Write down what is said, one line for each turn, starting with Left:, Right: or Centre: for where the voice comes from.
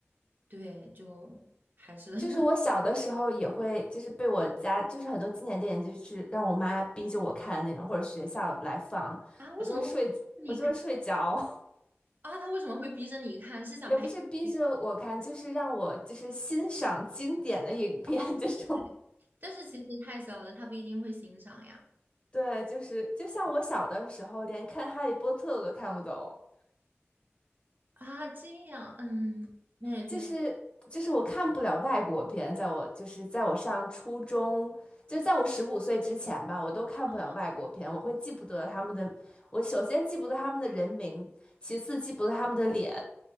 Right: 对，就还是 <laughs>
Left: 就是我小的时候也会，就是被我家，就是很多经典电影，就是让我妈逼着我看的那种，或者学校来放，
Right: 啊，为什么你看
Left: 我就会睡，我就会睡着，
Right: 啊？他为什么会逼着你看？
Left: <laughs>
Right: 是想培养你
Left: 也不是逼着我看，就是让我就是欣赏经典的影片这种。
Right: 哦，对。
Left: <laughs>
Right: 但是其实太小了，他不一定会欣赏呀。
Left: 对，就是就像我小的时候，连看《哈利波特》我都看不懂。
Right: 啊，这样，嗯，那也确实。
Left: 就是就是我看不了外国片，在我就是在我上初中，就是在我十五岁之前吧，我都看不了外国片，
Right: 哦
Left: 我会记不得他们的，我首先记不得他们的人名，其次记不得他们的脸，